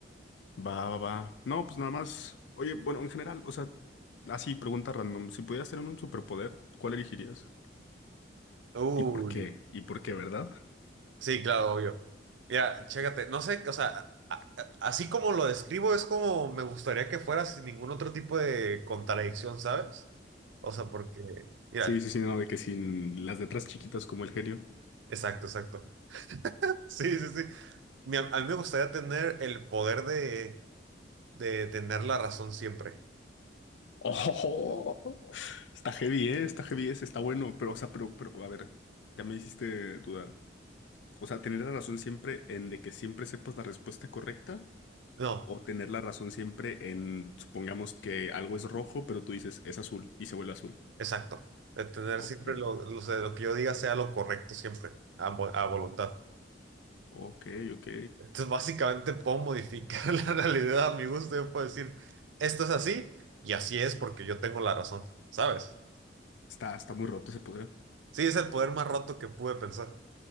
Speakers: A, on the left; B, on the right.
A: Va, va, va. No, pues nada más. Oye, bueno, en general, o sea, así, pregunta random. Si pudieras tener un superpoder, ¿cuál elegirías?
B: Uy,
A: ¿Y por qué? ¿Y por qué, verdad?
B: sí, claro, obvio. Mira, chécate, no sé, o sea, a- a- así como lo describo, es como me gustaría que fuera sin ningún otro tipo de contradicción, ¿sabes? O sea, porque, mira,
A: Sí, sí, sí, no, de que sin las letras chiquitas como el genio.
B: exacto, exacto. <laughs> Sí, sí, sí. Mi- A mí me gustaría tener el poder de, de tener la razón siempre.
A: <laughs> ¡Oh! Está heavy, ¿eh? Está heavy, ese, está bueno, pero, o sea, pero, pero, a ver, ya me hiciste dudar. O sea, tener la razón siempre en de que siempre sepas la respuesta correcta
B: No,
A: o tener la razón siempre en, supongamos que algo es rojo, pero tú dices es azul y se vuelve azul.
B: exacto. De tener
A: Ok,
B: siempre lo, lo, o sea, lo que yo diga sea lo correcto siempre, a, vo- a voluntad.
A: ok, ok.
B: Entonces, básicamente puedo modificar <laughs> la realidad a mi gusto. Yo puedo decir, esto es así y así es porque yo tengo la razón, ¿sabes?
A: Está, está muy roto ese poder.
B: Sí, es el poder más roto que pude pensar.